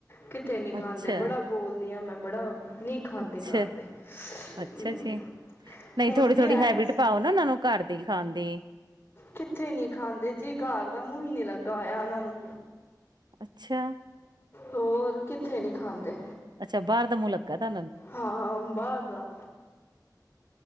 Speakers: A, on the left; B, on the right.
A: ਕਿੱਥੇ ਨੀ ਖਾਂਦੇ
B: ਅੱਛਾ
A: ਬੜਾ ਬੋਲਦੀ ਆਾਂ ਮੈਂ ਬੜਾ- ਨਹੀ ਖਾਂਦੇ
B: ਅੱਛਾ
A: ਘਰ ਦੇ ਹਮ,
B: ਅੱਛਾ ਜੀ ਨਹੀਂ
A: ਹੁਣ
B: ਥੋੜੀ
A: ਵੀ
B: -ਥੋੜੀ
A: ਆਇਆ
B: ਹੈਬਿਟ
A: ਸੀ।
B: ਪਾਓ ਨਾ ਇਹਨਾਂ ਨੂੰ ਘਰ ਦੀ ਖਾਣ ਦੀ
A: ਕਿੱਥੇ ਨੀ ਖਾਂਦੇ ਜੇ ਘਰ ਦਾ ਮੂੰਹ ਨੀ ਲੱਗ ਗਾਇਆ ਉਹਨਾਂ ਨੂੰ
B: ਅੱਛਾ-
A: ਹੋਰ ਕਿੱਥੇ ਨਹੀਂ ਖਾਂਦੇ
B: ਅੱਛਾ ਬਾਹਰ ਦਾ ਮੂੰਹ ਲੱਗਗਾ ਦਾ
A: ਹਾਂ ਬਾਹਰ ਦਾ